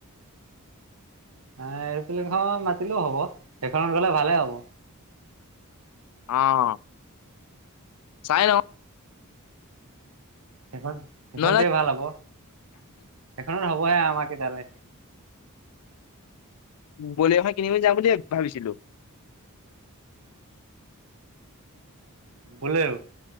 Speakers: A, on the right; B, on the left.
A: এ, এৰপ্লেনখন মাতিলেও হ'ব। সেইখনত গ'লে ভালে হ'ব।
B: অ'। চাই লওঁ।
A: সেইখন সেইখনতে
B: নহ'লে
A: ভাল হ'ব। এখনত হবহে আমাৰ কেইটাৰলে।।
B: বলিৰ' এখন কিনিবলৈ যাওঁ বুলি, ভাবিছিলোঁ।
A: বলেৰ'?